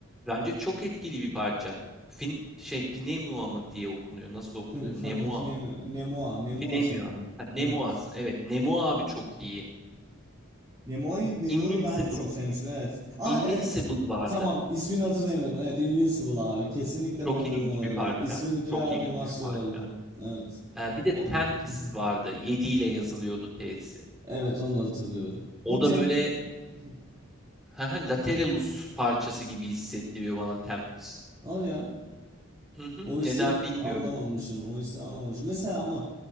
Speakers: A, in the centre; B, on the right (about 20°).
A: Bence çok etkili bir parça. Fin, şey Pneumua mı diye okunuyor. Nasıl okunuyor?
B: Fin-
A: Nemua
B: fin- Finemo,
A: mı?
B: Nemoa, Nemoa
A: Nemua.
B: sanırım.
A: Ha, Nemu
B: Evet.
A: aslında. Evet, Nemu abi çok iyi.
B: Nemoa'yı Nemo'yu
A: Invincible.
B: ben de çok sevmiştim. Evet. Ah
A: Invincible
B: evet.
A: vardı.
B: Tamam, ismini hatırlayamıyordum. Evet, Invincible abi. Kesinlikle
A: Çok
B: favorim
A: ilginç
B: oydu.
A: bir parça.
B: İsmini
A: Çok
B: duyar
A: ilginç
B: duymaz
A: bir parça.
B: şey oldum. Evet.
A: Ee, bir de
B: O
A: Tempest
B: <laughs>
A: vardı. 7 ile yazılıyordu T'si.
B: Evet, onu da hatırlıyorum.
A: O
B: Bu
A: da
B: temp
A: böyle
B: <laughs>
A: <laughs> haha, Lateralus parçası gibi hissettiriyor bana Tempest.
B: Hadi ya.
A: Hı hı,
B: Oysi
A: neden
B: yak-
A: bilmiyorum.
B: anlamamışım. Oysi anlamamışım. Mesela ama